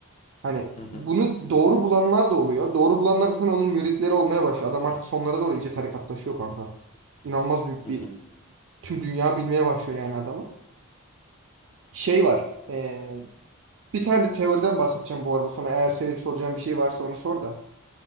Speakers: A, on the right (about 55°); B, on the left (about 30°).
A: Hani
B: Hı hı,
A: bunu doğru bulanlar da oluyor. Doğru bulanlar zaten onun müritleri olmaya başlıyor. Adam artık sonlara doğru iyice tarikatlaşıyor kanka. İnanılmaz büyük
B: hı
A: bir
B: hı.
A: tüm dünya bilmeye başlıyor yani adamı. Şey var. ee, bir tane de teoriden bahsedeceğim bu arada sana. Eğer senin soracağın bir şey varsa onu sor da.